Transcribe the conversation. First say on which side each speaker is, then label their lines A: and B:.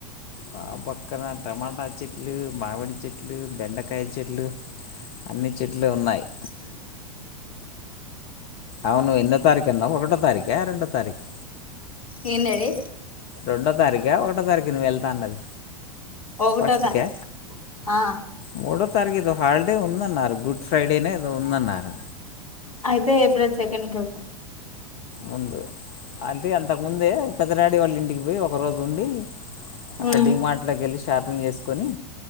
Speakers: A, on the left; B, on the left.
A: నా పక్కనా టమాటా చెట్లు, మామిడి చెట్లు, బెండకాయ చెట్లు అన్ని చెట్లు ఉన్నాయి.
B: అ
A: అవును ఎన్నో తారీఖు అన్నవు ఒకటో తారీఖ, రెండో తారీఖ్
B: ఏం డాడీ.
A: రెండో తారీఖా, ఒకటో తారీఖ నువ్వు వెళ్తా అన్నది.
B: ఒకటో
A: ఫస్ట్
B: తారీఖు
A: కా,
B: ఆ
A: మూడో తారీఖు ఏదో హాలిడే ఉందన్నారు గుడ్ ఫ్రైడేనో ఏదో ఉందన్నారు.
B: అయితే ఏప్రిల్ సెకండ్కి వెళ్దాం.
A: ముందు హల్ది అంతకు ముందే పెదడాడీ వాళ్ళ ఇంటికి పోయి, ఒక రోజు ఉండి అక్కడ
B: ఉమ్
A: డీ మార్ట్ లోకి వెళ్ళి షాపింగ్ చేసుకొని